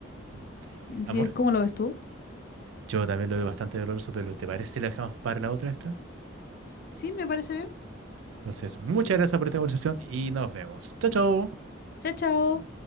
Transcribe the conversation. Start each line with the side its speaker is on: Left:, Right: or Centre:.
Right: Mm. Amor,
Left: ¿Qué- ¿Cómo lo ves tú?
Right: yo también lo veo bastante doloroso, pero ¿te parece si la dejamos para la otra esta?
Left: Sí, me parece bien.
Right: Entonces, muchas gracias por esta conversación y nos vemos. Chao, chao.
Left: Chao, chao.